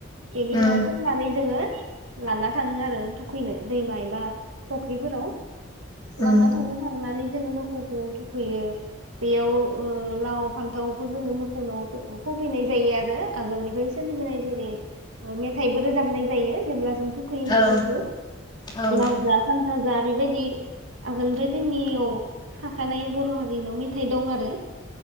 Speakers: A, on the right; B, on the left.
A: बेनि
B: उम
A: उनाव फोननानै जोंङो लाना थाङो आरो थुखैनो दैमा एबा फख्रिफोराव।
B: उम
A: लाना थाङो थांनानै जोङो मोखौखौ थुखैयो बेयाव ओ लाव फान्थावखौ जोङो मोखौनाव थु ओ खुबैनाय जायो आरो आगोलनिफ्राय सोलिबोनाय जेरै मेथाइबो रोजाबनाय जायो जेब्ला जों थुखैयो मोसौखौ
B: औ औ
A: लाव जा फान्थाव जा बेबादि आगोलनिफ्राय जोंनियाव था खानाय बर' हारिनाव मेथाइ दं आरो।